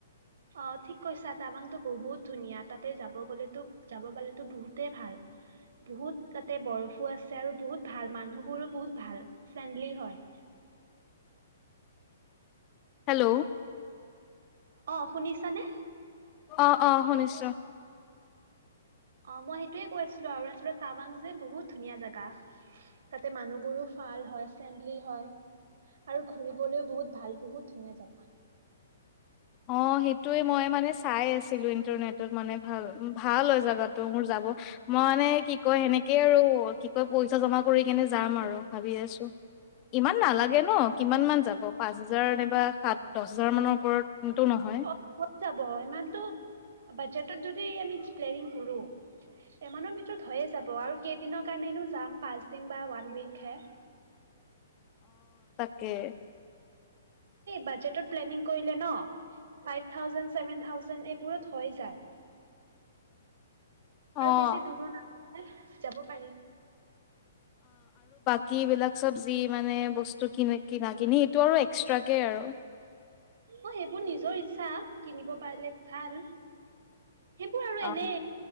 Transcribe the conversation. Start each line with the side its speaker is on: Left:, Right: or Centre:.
Right: অ ঠিক কৈছা তাৱাংতো বহুত ধুনীয়া। তাতে যাব গলেতো যাব পালেতো বহুতেই ভাল। বহুত তাতে বৰফো আছে আৰু বহুত ভাল মানুহবোৰো বহুত ভাল ফ্ৰেণ্ডলি হয়।
Left: হেল্ল'।
Right: অ শুনিছানে?
Left: অহ অহ শুনিছোঁ।
Right: অ মই সেইটোয়ে কৈছিলোঁ অৰুণাচলৰ টাৱাং যে বহুত ধুনীয়া জাগা। তাতে মানুহবোৰো ভাল হয়। ফেণ্ডলি হয় আৰু ঘুৰিবলৈও বহুত ভাল বহুত ধুনীয়া জাগা।
Left: অ সেইটো। এটোৱে মই মানে চাই আছিলোঁ ইণ্টাৰনেটত মানে ভাল ভাল হয়। জাগাটো মোৰ যাব মই মানে কি কয় সেনেকে আৰু কি কয় পইচা জমা কৰি। কিনে যাম আৰু ভাবি আছোঁ। ইমান নালাগে ন কিমান মান যাব পাঁচ হাজাৰ নাইবা সাঁত দহ হেজাৰমানৰ ওপৰত সোনটো নহয়।
Right: অ হৈ যাব ইমানটো বাজেটত যদি আমি প্লেনিং কৰোঁ। ইমানৰ ভিতৰত হয়ে যাব আৰু কেইদিনৰ কাৰণেনো যাম পাঁচ দিন বা ওৱান উইকহে।
Left: কে
Right: বাজেটত প্লেনিং কৰিলে ন, ফাইভ থাউজেণ্ড চেভেন থাউজেণ্ড এইবোৰত হয় এ যায়।
Left: অ'।
Right: আৰু বেছি দূৰ,, যাব পাৰি।
Left: কি বিলাক চব্জি। মানে বস্তু ক কিনা কিনি সেইটো আৰু এক্সট্ৰাকে আৰু
Right: অ সেইবোৰ নিজৰ ইচ্ছা কিনিব পাৰিলে ভাল। সেইবোৰ আৰু
Left: অ',
Right: এনে